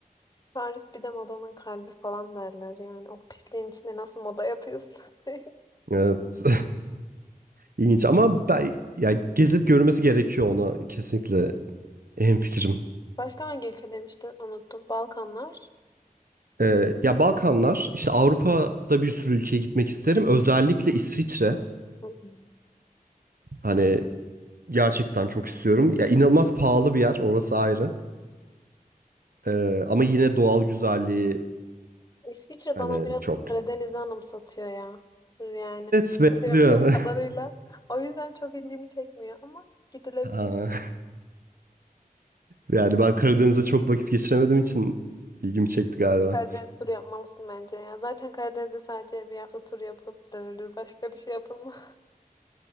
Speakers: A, on the left (about 25°); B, on the right (about 75°).
A: Paris bir de modanın kalbi falan derler yani. O pisliğin içinde nasıl moda yapıyorsunuz siz? <laughs>
B: Evet. İlginç ama ben ya gezip görmesi gerekiyor ona kesinlikle hemfikirim.
A: Başka hangi ülke demiştin? Unuttum. Balkanlar.
B: Ee, ya Balkanlar işte Avrupa'da bir sürü ülkeye gitmek isterim. Özellikle İsviçre
A: Hı hı,
B: hani gerçekten çok istiyorum. Ya inanılmaz pahalı bir yer orası ayrı. Ee, ama yine doğal güzelliği
A: İsviçre
B: hani
A: bana biraz
B: çok.
A: Karadeniz'i anımsatıyor ya. Yani
B: Evet benziyor.
A: gördüğüm kadarıyla. O yüzden çok ilgimi çekmiyor ama gidilebilir.
B: <laughs> Aa, Yani ben Karadeniz'de çok vakit geçiremediğim için ilgimi çekti galiba.
A: Karadeniz turu yapmalısın bence ya. Zaten Karadeniz'de sadece bir hafta tur yapılıp dönülür. Başka bir şey yapılmaz.